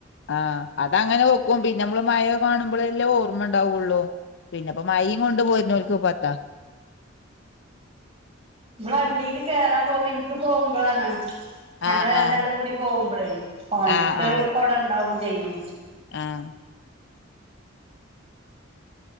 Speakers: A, on the left (about 60°); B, on the right (about 30°).
A: ആഹ അത അങ്ങനെ വെക്കും ആ അതങ്ങനെ വെക്കുംപിന്നെ നമ്മള് മയൊക്കെ കാണുമ്പളല്ലെഓർമ്മ ണ്ടാവുള്ളൂ പിന്നെപ്പോ മ യിം ങ്ങൊണ്ട് പോരു നോൽക്ക് പത്താ
B: ഇവള്ബണ്ടിക്ക് കേറാൻ പോകുമ്പനിക്ക് പോകുമ്പളാണ് ഞങ്ങള്
A: ആഹ്
B: രണ്ടാളും
A: ആഹ്
B: കൂടി പോകുമ്പളേ ഓൻ്റെ
A: ആഹ് ആഹ്
B: ർത്ത്കുട ഇണ്ടാവും ചെയ്യും
A: ആഹ്